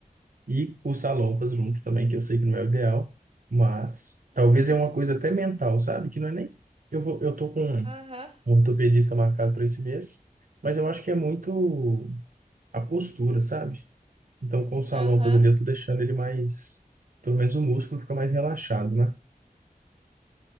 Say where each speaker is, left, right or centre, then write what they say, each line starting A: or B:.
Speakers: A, on the right; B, on the right.
A: E os salompas juntos também, que eu sei que não é o ideal, mas
B: <laughs>
A: talvez é uma coisa até mental, sabe? Que não é nem. Eu vou, eu tô com um
B: Aham,
A: ortopedista marcado para esse mês, mas eu acho que é muito a postura, sabe? Então, com os salopas
B: aham.
A: ali, eu tô deixando ele mais. Pelo menos o músculo fica mais relaxado, né?